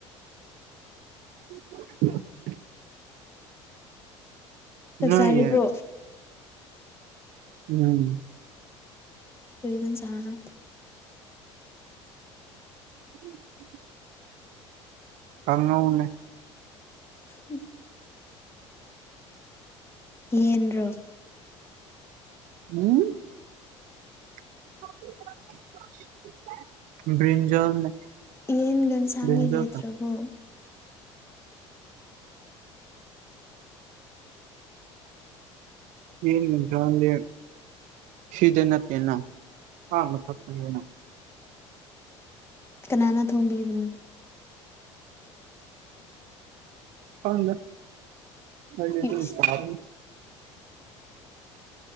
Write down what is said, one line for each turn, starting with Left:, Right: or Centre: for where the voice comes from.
Right: <unintelligible>
Left: ꯆꯥꯛꯆꯔꯤꯕ꯭ꯔꯣ
Right: ꯅꯣꯏꯒꯤ ꯎꯝ
Left: ꯀꯒꯟ ꯁꯅ
Right: ꯎꯝ ꯀꯪꯉ ꯎꯟꯅꯦ
Left: ꯎꯝ ꯏ
Right: ꯎꯝ <unintelligible> ꯭ꯔꯤꯟꯖꯜꯔꯤꯖ
Left: ꯌꯦꯟꯒ ꯏꯟꯁꯥꯡꯗꯤ ꯂꯩꯇ꯭ꯔꯕꯣ
Right: ꯌꯦꯖꯦ ꯁꯤꯗ ꯅ ꯂꯩꯅ ꯑꯥ ꯃꯊꯅ
Left: ꯀꯅꯥꯅ ꯊꯣꯡꯕꯤ ꯃꯅꯣ
Right: ꯍꯖ ꯃꯩꯅꯁꯨ
Left: ꯏꯁ
Right: ꯁꯥꯔꯦ